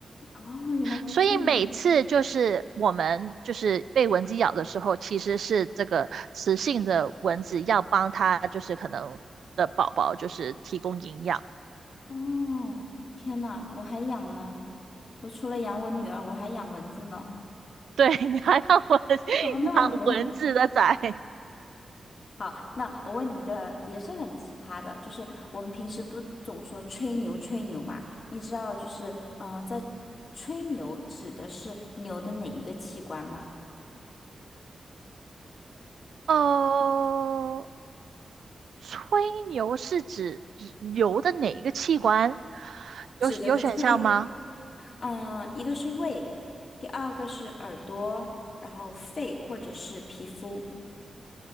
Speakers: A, on the left (about 45°); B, on the right (about 80°).
A: 哦，原来是这样。
B: 所以每次就是我们就是被蚊子咬的时候，其实是这个雌性的蚊子要帮它，就是可能的宝宝就是提供营养。
A: 哦，天呐，我还养了，我除了养我女儿，我还养蚊子呢。
B: 对，<laughs> 你还要我 <laughs>
A: 我怎么那么牛？
B: 养蚊子的崽？
A: 好，那我问你一个也是很奇葩的，就是我们平时不总说吹牛吹牛嘛？你知道就是，嗯、呃在吹牛指的是牛的哪一个器官吗？
B: 哦，吹牛是指牛的哪一个器官？
A: 指的是吹，
B: 有有选项吗？
A: 嗯，一个是胃，第二个是耳朵，然后肺或者是皮肤。